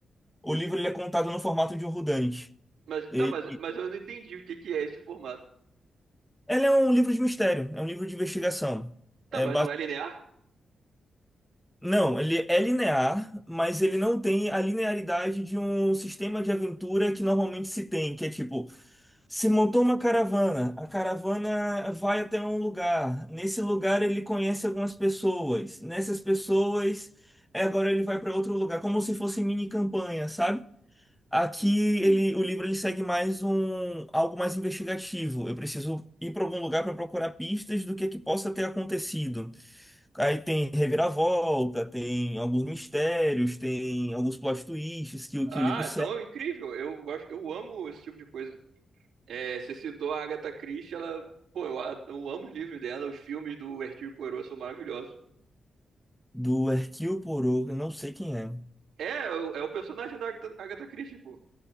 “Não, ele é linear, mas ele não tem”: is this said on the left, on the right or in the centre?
Centre